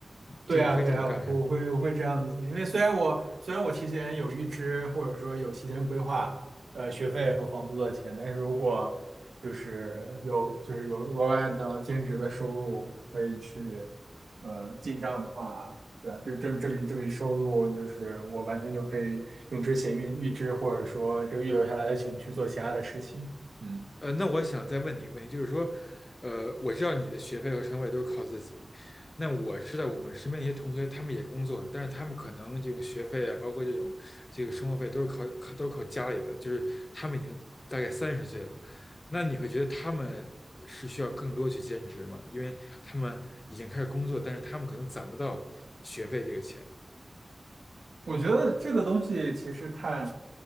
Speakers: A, on the left (about 45°); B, on the right (about 80°).
A: 嗯就你会这么干是吧？
B: 对啊对啊，我会我会我会这样子，因为虽然我虽然我提前有预支或者说有提前规划，呃，学费和房租的钱，但是如果就是有就是有额外的兼职的收入可以去呃进账的话，对吧？就这这笔这笔收入，就是我完全就可以用之前预预支或者说这个预留下来的钱去做其他的事情。嗯。
A: 呃，那我想再问你一个问题，就是说，呃，我知道你的学费和生活费都是靠自己，那我知道我们身边一些同学，他们也工作，但是他们可能这种学费啊，包括这种这个生活费都是靠靠都是靠家里的，就是他们已经大概三十岁了，那你会觉得他们是需要更多去兼职吗？因为他们已经开始工作，但是他们可能攒不到学费这个钱，
B: 我觉得这个东西其实看，